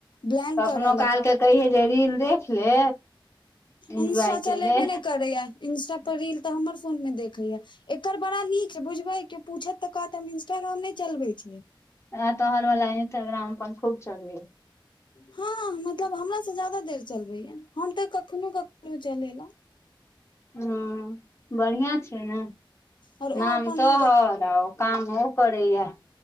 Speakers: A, on the left; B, on the left.
A: ब्लैंक
B: कखनो
A: करऽ
B: काल के कहिे से रील देख ले एन्जॉय
A: इन्स्ट्रा
B: के
A: चलेबे
B: ले
A: नहि करैये इन्स्ट्रा पर रील तऽ हमर फोन मे देखैये एकर बड़ा नीक बुझबय क्यो पूछत तऽ कहत हम इंस्टाग्राम नहि चलबै छी
B: आ तऽ वला इन्स्टाग्राम अपन खूब चलबे यऽ
A: हँ हँ मतलब हमरा से ज्यदा देर चलबैये। हम तऽ कखनो कखनो चलेलहुँ
B: हँ बढ़िआँ छैय नऽ
A: आओर
B: नाम
A: ओ अपन
B: तोहर आ काम ओ करैये